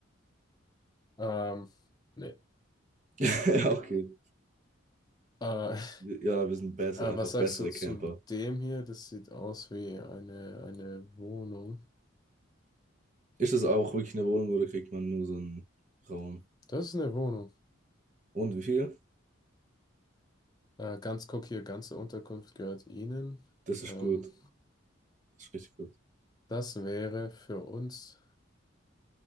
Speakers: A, on the left; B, on the right.
A: Ähm, nee.
B: <laughs> Ja, okay.
A: Äh, <laughs>
B: Ja, wir sind besser,
A: Äh,
B: einfach
A: was sagst
B: bessere
A: du zu
B: Camper.
A: dem hier? Das sieht aus wie eine, eine Wohnung.
B: Ist das auch wirklich eine Wohnung oder kriegt man nur so einen Raum?
A: Das ist eine Wohnung.
B: Und wie viel?
A: Äh, ganz guck hier, ganze Unterkunft gehört Ihnen.
B: Das
A: Ähm,
B: ist gut. Das ist richtig gut.
A: das wäre für uns,